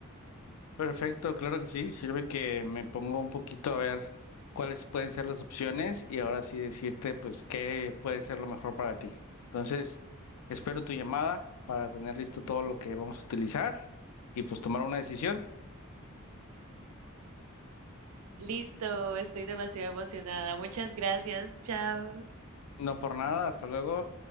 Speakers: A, on the left; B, on the right.
A: Perfecto, claro que sí. Sirve que me pongo un poquito a ver cuáles pueden ser las opciones y ahora sí decirte, pues, qué puede ser lo mejor para ti. Entonces, espero tu llamada para tener listo todo lo que vamos a utilizar y pues tomar una decisión.
B: Listo, estoy demasiado emocionada. Muchas gracias. Chao.
A: No por nada, hasta luego.